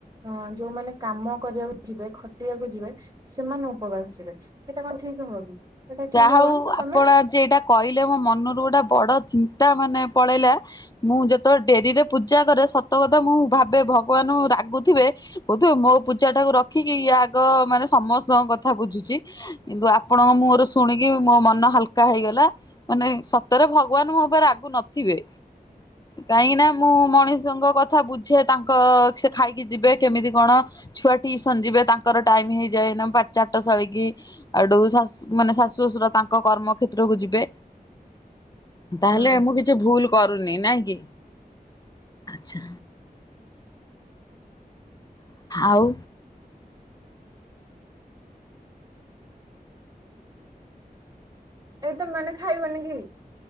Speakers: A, on the right; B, on the left.
A: ହଁ ଯୋଉମାନେ କାମ କରିବାକୁ ଯିବେ ଖଟିବାକୁ ଯିବେ ସେମାନେ ଉ ଉପବାସ ରେ ସେଇଟା କଣ ଠିକ ହବ କି? ସେଟା
B: ଯାହା
A: ଠିକ ହବନି
B: ହଉ
A: ତ ତମେ
B: ଆପଣ ଆଜି ଏଇଟା କହିଲେ ମୋ ମନରୁ ଗୋଟେ ବଡ ଚିନ୍ତା ମାନେ ପଳେଇଲା। ମୁଁ ଯେତବେଳେ ଡେରିରେ ପୂଜା କରେ ସତ କଥା ମୁଁ ଭାବେ ଭଗବାନ ରାଗୁଥୁବେ କହୁଥୁବେ ମୋ ପୂଜା ଟାକୁ ରଖିକି ଇଏ ଆଗ ମାନେ ସମସ୍ତଙ୍କ କଥା ବୁଝୁଚି। କିନ୍ତୁ ଆପଣଙ୍କ <unintelligible> ଶୁଣିକି ମୋ ମନ ହାଲକା ହେଇଗଲା ମାନେ ସତରେ ଭଗବାନ ମୋ ଉପରେ ରାଗୁ ନଥିବେ। କାହିଁକି ନା ମୁଁ ମଣିଷଙ୍କ କ ଥା ବୁଝେ ତାଙ୍କ ସେ ଖାଇକି ଯିବେ କେମିତି କଣ? ଛୁଆ ଟିସନ୍ ଯିବେ ତାଙ୍କର ଟାଇମ ହେଇଯାଏ ନା ପା ସାଳୀ କି ଏଠୁ ଶା-ମାନେ ଶାଶୁ ଶାଶୁ ଶଶୁର ତାଙ୍କ କର୍ମ କ୍ଷେତ୍ରକୁ ଯିବେ ତାହେଲେ
A: ହୁଁ
B: ମୁଁ କି ଛି ଭୁଲ କରୁନି ନାଇଁ କି ଆଛା। ଆଉ
A: ଏଇ ତମ ମାନେ ଖାଇବନି କି